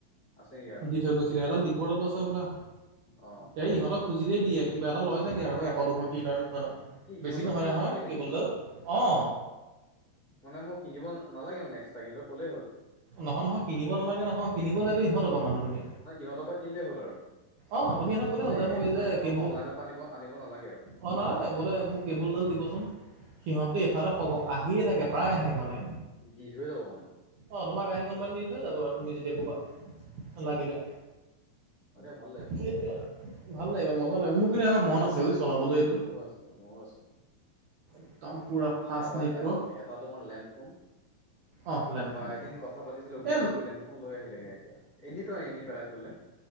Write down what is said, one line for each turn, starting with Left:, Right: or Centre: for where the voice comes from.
Left: আছে নেকি ইয়াত
Right: দি থৈ গৈছিলে এডাল দিব্যৰ তাটো আছে হ'বলা?
Left: অ
Right: এই ইহঁতক খুজিলই দিয়ে। কিবা এটা লয় ছাগে আৰু এশ দুশ কি লয়
Left: কি ইহঁতক
Right: বেছি নহয়,
Left: ক'লে
Right: নহয়
Left: দি দিয়ে নেকি
Right: কেবুলডাল অ'।
Left: মানে মোক কিনিব নালাগে মানে এক্সট্ৰ সিহঁতক ক'লেই হ'ল।
Right: নহয়, নহয় কিনিব নালাগে নহয়, কিনিব লাগিব ইহঁতৰ পৰা মানে তুমি।
Left: মানে সিহঁতৰ পৰা কিনিলেই হ'ল আৰু।
Right: অ' তুমি সিহঁতক ক'লেই
Left: মানে
Right: হ'ল, যে মোৰ
Left: এক্সট্ৰাকে
Right: এই যে
Left: মই
Right: কেবুল
Left: আকৌ অনলাইনৰ পৰা আনিব আনিব নালাগে আৰু
Right: অ', নহয় বোলে মোক কেবুলডাল দিবচোন, সিহঁতটো এফালে আহিয়ে থাকে। এতিয়া প্ৰায় আহে মানে।
Left: দি থৈ যাব মানে।
Right: অ', তোমাক আহি কোনোবাই দি থৈ যাব আৰু তুমি যেতিয়া ক'বা লাগিলে।
Left: ম ভাল <unintelligible>
Right: সেইটোয়ে আৰু, ভাল লাগিব মজা লাগিব, মোৰ কিন্তু এবাৰ মন আছে চলাবলৈ এইটোত
Left: মোৰো আছে, মোৰো আছে।
Right: একদম পূৰা
Left: এ
Right: ফাষ্ট
Left: এটা,
Right: নেটৱৰ্ক
Left: এ এটা তোমাৰ লেণ্ডফোন।
Right: অহ লেণ্ডফোনটো
Left: বা এদিন কথা পাতিছিলো, অবিনাশে
Right: এ
Left: গৈ লেণ্ডফোন লৈ আহিলেগে একে এনেইতো আনি পেলাই থ'লে।